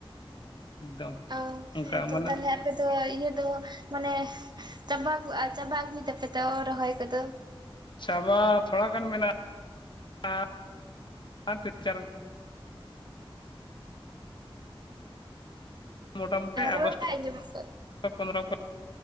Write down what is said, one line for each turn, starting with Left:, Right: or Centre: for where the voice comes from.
Left: ᱮᱠᱫᱚᱢ
Right: ᱚ
Left: ᱚᱱᱠᱟ
Right: ᱦᱮᱸ ᱛᱚ
Left: ᱢᱟᱱᱮ
Right: ᱛᱟᱦᱚᱞᱮ ᱟᱯᱮ ᱫᱚ ᱤᱭᱟᱹ ᱫᱚ ᱢᱟᱱᱮ ᱪᱟᱵᱟ ᱪᱟᱵᱟ ᱟᱹᱜᱩᱭ ᱫᱟᱯᱮ ᱛᱚ ᱨᱚᱦᱚᱭ ᱠᱚᱫᱚ᱾
Left: ᱪᱟᱵᱟ ᱛᱷᱚᱲᱟ ᱜᱟᱱ ᱢᱮᱱᱟᱜᱼᱟ <unintelligible> <inaudible> ᱢᱳᱴᱟᱢᱩᱴᱤ
Right: ᱟᱨ ᱨᱚᱲ
Left: ᱟᱜᱚᱥᱴ
Right: ᱵᱟᱭ ᱟᱸᱡᱚᱢᱚᱜ ᱠᱟᱱᱟ
Left: ᱯᱚᱱᱫᱽᱨᱚ ᱠᱚ